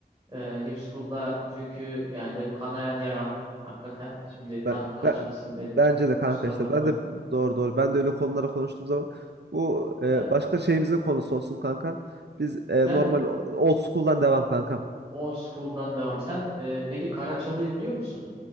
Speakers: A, on the right; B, on the right.
A: Ee, New School'da çünkü yani benim kanayan yaram hakikaten. Şimdi tadım
B: Ben,
A: kaçmasın
B: ben-
A: benim.
B: bence de kanka
A: Kusura
B: işte
A: bakma.
B: ben de doğru doğru ben de öyle konulara konuştuğum zaman bu e,
A: Evet.
B: başka
A: e,
B: şeyimizin konusu olsun kanka. Biz e,
A: Sen
B: normal
A: e,
B: old school'dan devam kankam.
A: Old School'dan devam. Sen e, peki Karaçalı'yı biliyor musun